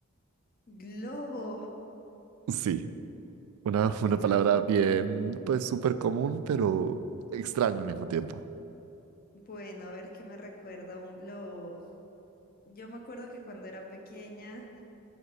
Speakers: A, on the left; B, on the right.
A: Globo.
B: Sí, una,
A: Oh my
B: una palabra
A: God.
B: bien, pues súper común, pero extraña al mismo tiempo.
A: Bueno, a ver qué me recuerda un globo. Yo me acuerdo que cuando era pequeña